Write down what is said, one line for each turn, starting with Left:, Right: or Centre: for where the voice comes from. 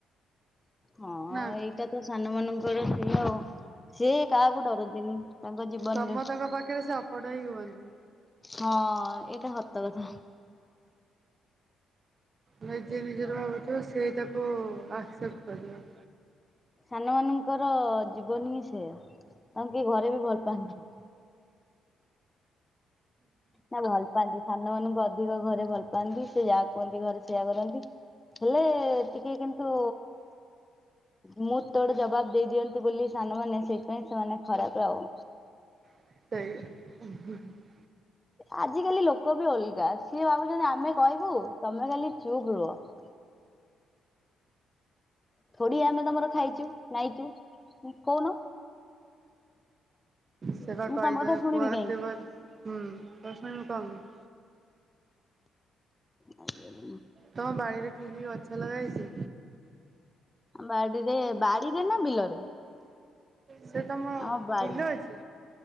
Left: ହଁ
Right: ନା
Left: ଏଇଟା ତ ସାନ ମାନଙ୍କର ସିଅ ସିଏ କାହାକୁ ଡରନ୍ତିନି। ତାଙ୍କ ଜୀବନରେ
Right: ସମସ୍ତଙ୍କ ପାଖରେ ସେ ଅପଡ଼ ହୋଇ ରୁଅନ୍ତି।
Left: ହଁ--ଏଇଟା ସତ କଥା
Right: ନାଇଁ ଯିଏ ନିଜର ଭାବୁଥିବ ସେ ଏ ତାକୁ ଆକ୍ସେପ୍ଟ କରିବ
Left: ସାନ ମାନଙ୍କର ଜିବନୀ ବିଷୟରେ ତାଙ୍କୁ କିଏ ଘରେ ବି ଭଲ ପାଆନ୍ତିନି। ନା ଭଲ ପାଆନ୍ତି, ସାନ ମାନଙ୍କୁ ଅଧିକ ଘରେ ଭଲ ପାଆନ୍ତି, ସେ ଯାହା କୁହ୍ନ୍ତି ଘରେ ସେଇଆ କରନ୍ତି। ହେଲେ ଟିକେ କିନ୍ତୁ ମୁଁ ତୋଡ ଜବାବ ଦେଇ ଦିଅନ୍ତି ବୋଲି ସାନମାନେ ସେଇପାଇଁ ସେମାନେ ଖରାପ ଆଉ
Right: ସେଇଆ।
Left: ଆଜିକାଲି ଲୋକ ବି ଓଲଗା ସିଏ ଭାବୁଚ଼ନ୍ତି ଆମେ କହିବୁ ତମେ ଖାଲି ଚୁପ୍ ରୁହ। ଖୁଡି ଆମେ ତମର ଖାଇଛୁ ନାଇଚୁ କୋଉନ।
Right: ସେବା
Left: ମୁଁ
Right: କହିଯା
Left: ତମ କଥା ଶୁଣିବି
Right: କୁହନ୍ତି
Left: କାହିଁକି?
Right: ବୋଲି ହୁଁ କିଛି ମୁଁ କହୁନି।
Left: ମରିଗଲି ମୁଁ
Right: ତମ ବାଇରେ କି କି ଗଛ ଲଗା ହେଇଛି?
Left: ବାଡିରେ, ବାଡିରେ ନା ବିଲରେ?
Right: ସେ ତମ
Left: ଆମ ବାଡି।
Right: ବିଲ ଅଛି